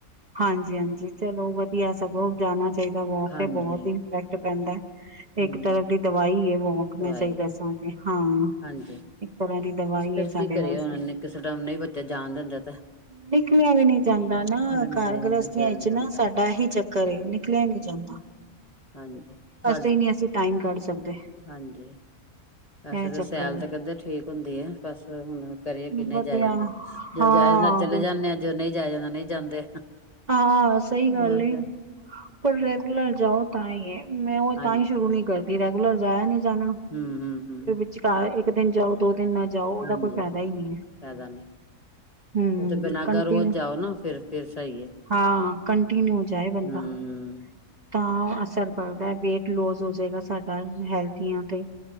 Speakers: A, on the right; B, on the left.
A: ਹਾਂਜੀ- ਹਾਂਜੀ। ਚਲੋ ਵਧੀਆ ਸਗੋਂ ਜਾਣਾ ਚਾਹੀਦਾ ਵੋਕ
B: ਹਾਂਜੀ
A: ਤੇ ਬਹੁਤ ਹੀ ਇਫੈਕਟ ਪੈਂਦਾ।
B: ਹੂੰ
A: ਇੱਕ ਤਰਫ ਦੀ ਦਵਾਈ ਹੈ ਵੋਕ। ਮੈਂ
B: ਦਵਾਈ
A: ਸਹੀ ਦੱਸਾਂ ਤੇ। ਹਾਂ।
B: ਹਾਂਜੀ
A: ਇੱਕ ਤਰ੍ਹਾਂ ਦੀ ਦਵਾਈ
B: ਫੇਰ
A: ਹੈ ਸਾਡੇ
B: ਕੀ ਕਰੀਏ
A: ਵਾਸਤੇ।
B: ਹੁਣ ਕਿਸੇ ਟਾਈਮ ਨਹੀਂ ਜਾਣ ਦਿੰਦੇ ਤੇ
A: ਨਿਕਲਿਆ ਵੀ ਨਹੀਂ ਜਾਂਦਾ ਨਾ।
B: ਹਾਂਜੀ
A: ਘਰ ਗ੍ਰਸਤੀਆਂ
B: ਕਹਿਣ
A: ਵਿਚ
B: ਜਾਂਦਾ
A: ਨਾ ਸਾਡਾ ਏਹੀ ਚੱਕ ਘਰੇ ਨਿਕਲਿਆ ਹੀ ਨਹੀਂ ਜਾਂਦਾ।
B: ਹਾਂਜੀ। ਤੁਹਾ
A: ਨਹੀਂ -ਨਹੀਂ, ਅਸੀਂ ਟਾਈਮ ਕੱਢ ਸਕਦੇ।
B: ਹਾਂਜੀ। ਵੈਸੇ
A: ਇਹ ਚੱਕਰ
B: ਤੇ ਸੈਲ
A: ਏ
B: ਤੇ ਕਹਿੰਦੇ ਠੀਕ ਹੁੰਦੀ ਆ। ਬਸ ਹੁਣ ਕਰੀਏ ਕਿ ਨਹੀਂ
A: ਵਧੀਆ
B: ਜਾਇਆ ਜਾਂਦਾ। ਜੋ
A: ਹਾਂ
B: ਜਾਏ ਨਾਲ ਚਲੇ ਜਾਂਣੇ ਆ, ਜੋ ਨਹੀਂ ਜਾਇ ਜਾਂਦਾ ਨਹੀਂ ਜਾਂਦੇ।
A: ਆ। ਸਹੀ
B: ਹੋਰ
A: ਗੱਲ ਏ।
B: ਫਿਰ
A: ਪਰ ਰੈਗੂਲਰ ਜਾਓ ਤਾਂ ਹੀ ਹੈ। ਮੈਂ ਉਹ
B: ਹਾਂਜੀ।
A: ਤਾਂ ਹੀ ਸ਼ੁਰੂ ਨੀ ਕਰਦੀ, ਰੈਗੂਲਰ ਜਾਇਆ ਨਹੀਂ ਜਾਣਾ।
B: ਹੂੰ ਹੂੰ ਹੂੰ।
A: ਵਿਚ ਕਾਰ ਇੱਕ ਦਿਨ ਜਾਓ, ਦੋ ਦਿਨ ਨਾ ਜਾਓ ਉਹਦਾ
B: ਹਾਂਜੀ
A: ਕੋਈ ਫਾਇਦਾ ਹੀ ਨਹੀਂ ਹੈ।
B: ਫਾਇਦਾ ਨੀ
A: ਹਮ
B: ਉਹ ਤੇ ਬਿਨਾਗਾ
A: ਕੰਟੀਨਿਊ
B: ਰੋਜ਼ ਜਾਓ ਨਾ ਫਿਰ, ਫਿਰ ਸਹੀਏ।
A: ਹਾਂ। ਕੰਟੀਿਨਿਊ ਜਾਏ ਬੰਦਾ।
B: ਹੂੰ
A: ਤਾਂ ਅਸਰ ਪੜਦਾ ਹੈ, ਵੇਟ ਲੋਜ ਹੋ ਜਾਏਗਾ। ਸਾਡਾ ਹੈਲਥੀਆਂ ਤੇ,